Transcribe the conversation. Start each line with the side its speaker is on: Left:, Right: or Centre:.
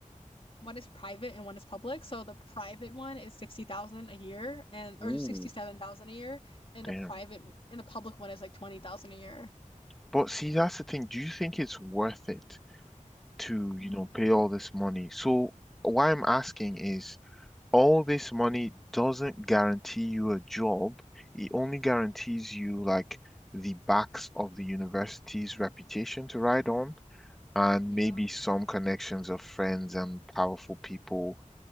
Left: one is private and one is public. So the private one is sixty thousand a year and
Centre: Ooh,
Left: or sixty seven thousand a year, and
Centre: damn.
Left: the private and the public one is like twenty thousand a year.
Centre: But see, that's the thing. Do you think it's worth it to, you
Left: Mm.
Centre: know, pay all this money? So why I'm asking is all this money doesn't guarantee you a job. It only guarantees you like the backs of the university's reputation to ride on and
Left: Yeah,
Centre: maybe some connections of friends and powerful people